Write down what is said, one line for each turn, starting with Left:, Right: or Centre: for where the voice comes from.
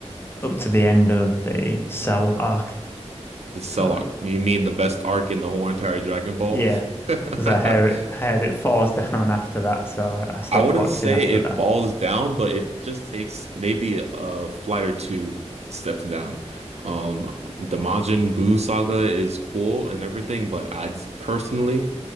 Left: up to the end of the Cell arc.
Right: The Cellog.
Left: So,
Right: You mean the best arc in the whole entire Dragon Ball?
Left: yeah, because
Right: <laughs>
Left: I heard it, heard it falls <laughs> down after that, so I stopped
Right: I wouldn't
Left: watching
Right: say
Left: after
Right: it
Left: that.
Right: falls down, but it just takes maybe a flight or two steps down. Um, the Majin Buu saga is cool and everything, but I'd personally,